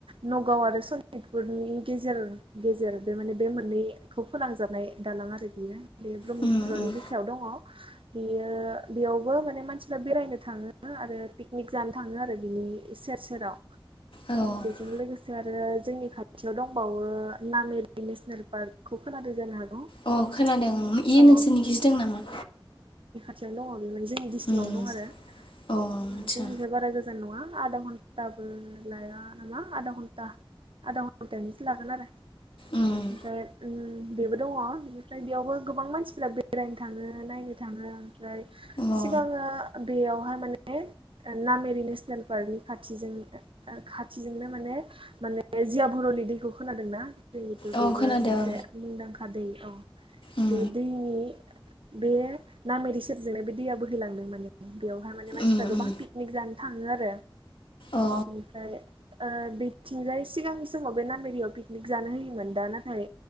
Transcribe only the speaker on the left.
उम उम
औ
अ खोनादों इयो
नोंसोरनि दों नामा?
उम
अ आदसा
उम
अ
अ
खोनादों
उम
उम
उम
अ